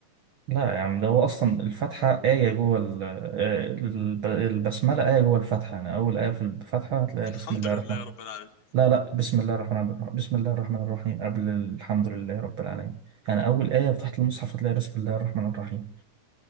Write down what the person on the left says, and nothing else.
الحمد
لله
رب العالمين